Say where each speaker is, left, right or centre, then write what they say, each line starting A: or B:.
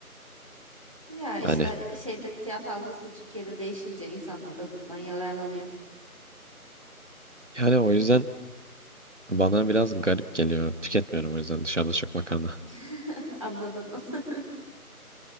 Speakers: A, on the right; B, on the right.
A: Ya işte
B: Hani
A: şeyde fiyat algısı da Türkiye'de değişince insanlar da bundan yararlanıyor.
B: yani o yüzden bana biraz garip geliyor. Tüketmiyorum o yüzden dışarıda çok makarna.
A: <laughs> Anladım. <laughs>